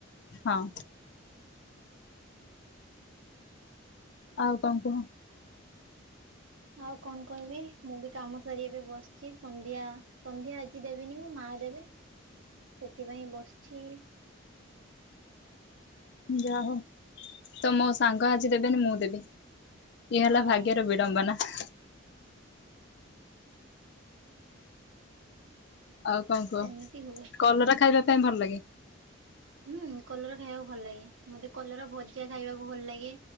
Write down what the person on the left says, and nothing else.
ହଁ ଆଉ କଣ କୁହ
ଯାହଉ ତ ମୋ ସାଙ୍ଗ ଆଜି ଦେବେନି ମୁଁ ଦେବି ଇଏ ହେଲା
ଭାଗ୍ୟର ବେଳ <unintelligible> ଆଉ କଣ କୁହ
କଲରା ଖାଇବା ପାଇଁ ଭଲ ଲାଗେ।